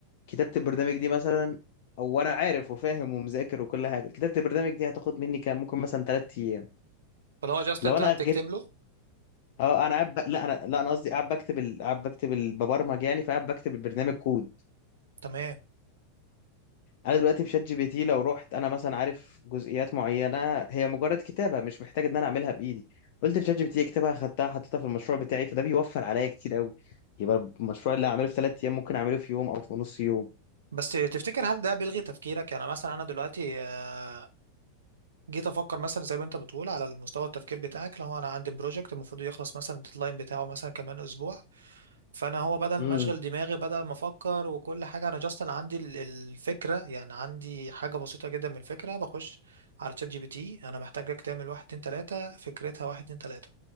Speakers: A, on the left (about 50°); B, on the right (about 70°).
A: كتابة البرنامج دي مثلا أو أنا عارف وفاهم ومذاكر وكل حاجة كتابة البرنامج دي هتاخد مني كام ممكن مثلا تلات أيام
B: فاللي هو جاست
A: لو
B: أنت
A: أنا جيت
B: تكتب له
A: أه أنا قاعد ب... لا أنا لا أنا قصدي قاعد بكتب ال... قاعد بكتب ال... ببرمج يعني فقاعد بكتب البرنامج كود
B: تمام
A: انا دلوقتي في شات جي بي تي لو رحت انا مثلا عارف جزئيات معينه هي مجرد كتابه مش محتاج ان انا اعملها بايدي قلت لشات جي بي تي اكتبها خدتها حطيتها في المشروع بتاعي فده بيوفر عليا كتير قوي يبقى المشروع اللي هعمله في ثلاث ايام ممكن اعمله في يوم او في نص يوم
B: بس تفتكر هل ده بيلغي تفكيرك يعني مثلا انا دلوقتي آه، جيت افكر مثلا زي ما انت بتقول على المستوى التفكير بتاعك لو انا عندي بروجكت المفروض يخلص مثلا الديدلاين بتاعه مثلا كمان اسبوع فانا هو بدل
A: امم
B: ما اشغل دماغي بدل ما افكر وكل حاجه انا جاست عندي ال- الفكره يعني عندي حاجه بسيطه جدا من الفكره بخش على تشات جي بي تي انا محتاجك تعمل واحد اتنين تلاته فكرتها واحد اتنين تلاته